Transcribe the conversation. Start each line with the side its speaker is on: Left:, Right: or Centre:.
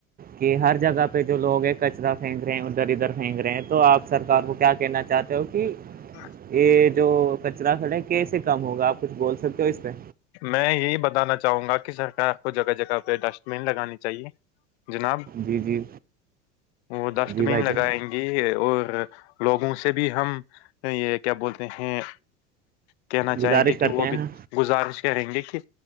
Right: کہ ہر جگہ پہ جو لوگ ہے کچرا پھینک رہے ہیں ادھر ادھر پھینک رہے ہیں تو آپ سرار کو کیا کہنا چاہتے ہو کہ
Left: ہ <inaudible>
Right: یہ جو کچرا کھڑے کیسے کم ہوگا آپ کچھ بول سکتے ہو اس پہ
Left: میں یہی بتانا چاہوں گا کہ سرکار کو جگہ جگہ پہ ڈسٹ بین لگانی چاہیے جناب
Right: جی جی
Left: وہ ڈسٹ
Right: جی بھائی
Left: بین
Right: جان
Left: لگائیں گے یہ اور لوگوں سے بھی ہم یہ کیا بولتے ہیں کہنا چاہیں
Right: گزارش
Left: گے
Right: کرتے
Left: کہ وہ
Right: ہیں ہاں
Left: بھی <inaudible> گزارش کریں گے کہ